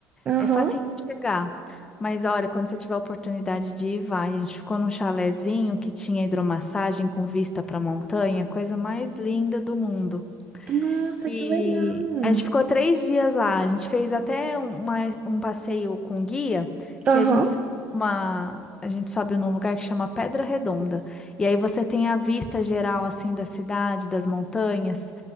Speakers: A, on the right (about 25°); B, on the left (about 15°).
A: Aham.
B: É facinho de chegar. Mas olha, quando você tiver a oportunidade de ir, vai. A gente ficou num chalezinho que tinha hidromassagem com vista para a montanha, coisa mais linda do mundo.
A: Nossa,
B: E
A: que legal.
B: a gente ficou três dias lá. A gente fez até um, uma- um passeio com guia,
A: Aham.
B: que a gente, sobe uma, a gente sobe num lugar que chama Pedra Redonda. E aí você tem a vista geral, assim, da cidade, das montanhas.